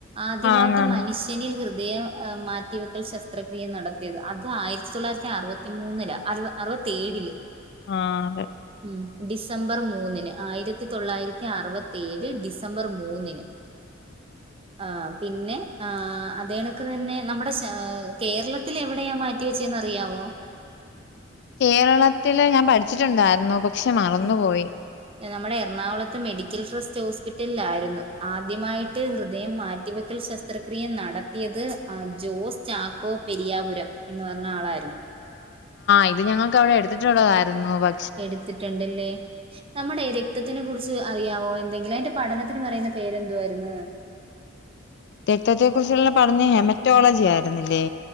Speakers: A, on the right; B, on the left.
A: ആദ്യമായിട്ട്
B: ആന്നാന്ന്
A: മനുഷ്യ നിൽ ഹൃദയം മാറ്റിവെക്കൽ ശസ്ത്രക്രിയ നടത്തിയത് അത് ആയിരത്തി തൊള്ളായിരത്തി അറുപത്തി മൂന്നില് അറുവ അറുവത്തേഴില്
B: ആഹ് അതെ
A: ഉം ഡിസംബർ മൂന്നിന് ആയിരത്തി തൊള്ളായിരത്തി അറുപത്തി ഏഴ് ഡിസംബർ മൂന്നിന് ആ പിന്നെ ആ അതണക്ക് തന്നെ നമ്മുടെ കേരളത്തിൽ എവിടെയാ മാറ്റി റ്റി വെച്ചേന്ന് അറിയാവോ
B: കേരളത്തില് ഞാൻ പഠിച്ചിട്ടുണ്ടായിരുന്നു പക്ഷെ മറന്നുപോയി
A: ഉം നമ്മുടെ എറണാകുളത്തെ മെഡിക്കൽ ട്രസ്റ്റ് ഹോസ്പിറ്റലിലായിരുന്നു ആദ്യമായിട്ട് ഹൃദയം മാറ്റിവെക്കൽ ശസ്ത്രക്രിയ നടത്തിയത് ആ ജോസ് ചാക്കോ പെരിയാപുരം എന്ന് പറഞ്ഞ ആളായിരുന്നു
B: ആഹ് ഇത് ഞങ്ങൾക്കവിടെ എടുത്തിട്ടുള്ളതായിരുന്നു പ
A: എടുത്തിട്ടുണ്ടല്ലേ നമ്മുടെ രക്തത്തിനെ കുറിച്ച് അറിയാവോ എന്തെങ്കിലും അതിന്റെ പഠനത്തിന് പറയുന്ന പേരെന്തോ ആയിരുന്നു
B: രക്തത്തെ കുറിച്ചുള്ള പഠനം ഹെമറ്റോളജി ആയിരുന്നില്ലേ